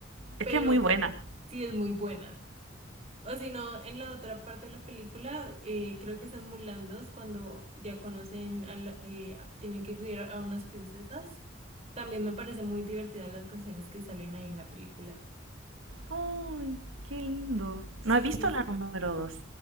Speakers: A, on the right (about 80°); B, on the right (about 30°).
A: Es
B: Pero
A: que es muy buena.
B: sí es muy buena. O si no, en la otra parte de la película, eh, creo que están mulandos cuando ya conocen a la, eh, a- tienen que cuidar a unas princesas. También me parecen muy divertidas las canciones que salen ahí en la película.
A: Uy, qué lindo.
B: Sí,
A: No he visto
B: sí. sí.
A: la número 2.